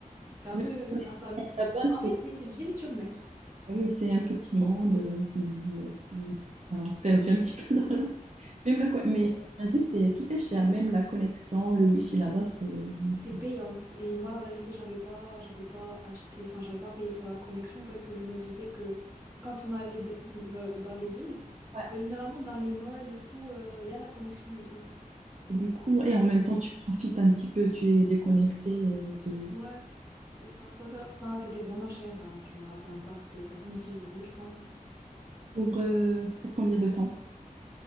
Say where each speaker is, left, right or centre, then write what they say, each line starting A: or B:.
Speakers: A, on the right; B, on the right.
A: c'est un
B: Mais
A: peu un salon.
B: Là-bas,
A: En fait,
B: c'est,
A: c'est une ville sur mer.
B: bah oui, c'est un petit monde, euh, qui qui a perdu un petit peu
A: Ouais,
B: Même la, co- mais
A: c'est
B: la vie, c'est, tout est cher, même la connexion, le wifi là-bas, c'est,
A: C'est
B: c'est-
A: payant. Et moi, la vérité, j'avais pas, j'avais pas acheté, enfin, j'avais pas payé pour la connexion parce que je me disais que quand on allait descendre euh, dans les villes,
B: Ouais.
A: ben, généralement, dans les malls et tout, euh, il y a la connexion et tout.
B: Et du coup, et en même temps, tu profites un petit peu, tu es déconnecté euh, de...
A: Ouais, c'est ça. ça, ça- Enfin, c'était vraiment cher, hein, je me rappelle encore, c'était 70 euros, je pense.
B: Pour, euh, pour combien de temps?